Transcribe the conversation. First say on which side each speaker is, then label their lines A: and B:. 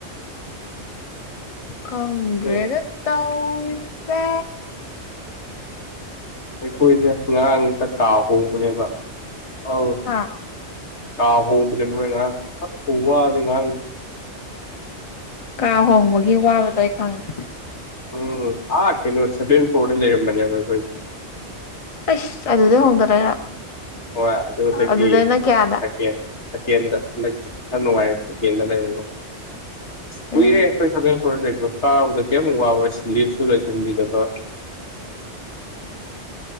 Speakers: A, on the left; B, on the left.
A: ꯀꯪ꯭ꯔꯦꯒ
B: ꯍꯣꯏ
A: ꯇꯧꯔꯁꯦ
B: ꯑꯩꯈꯣꯏꯁꯦ ꯉꯔꯥꯡ ꯑꯝꯇ ꯀꯥꯎ ꯍꯣꯡꯕꯅꯦꯕ ꯑꯧ
A: ꯑ
B: ꯀꯥ ꯍꯣꯡꯕꯅꯦ ꯃꯣꯏ ꯉꯥꯡ ꯐꯣꯡ ꯋꯥꯗꯤ ꯉꯉꯥꯡ
A: ꯀꯥ ꯍꯣꯡꯕꯒꯤ ꯋꯥꯕꯗꯣ ꯑꯩ ꯈꯪꯉꯦ
B: ꯎꯝ ꯑꯥ ꯑꯇꯦꯡꯁ ꯐ ꯂꯩꯔ ꯃꯅꯤꯣꯏ
A: ꯑꯩꯁ ꯑꯗꯨꯗꯩ
B: ꯑꯗꯨ
A: ꯍꯣꯡꯗꯔꯛꯏꯔꯣ
B: ꯍꯣꯏ ꯑꯗꯨꯗꯒꯤꯀꯦ
A: ꯑꯗꯨꯗꯩꯅ ꯀꯌꯥꯗ
B: ꯁꯀ꯭ꯔ ꯊꯅꯨꯡ ꯋꯥꯏ ꯁꯀꯦꯟ꯭ꯔ ꯂꯩ ꯀꯨꯏꯔꯦ
A: ꯑꯦ
B: ꯑꯩꯈꯣꯏ ꯁꯒꯦꯟ ꯈꯔ ꯂꯩ ꯀꯥꯕꯗ ꯀꯩꯝꯛ ꯋꯥꯕꯔ ꯁ ꯂꯤꯞꯁꯨ ꯂꯣꯏꯁꯤꯟꯕꯤꯗꯅꯕ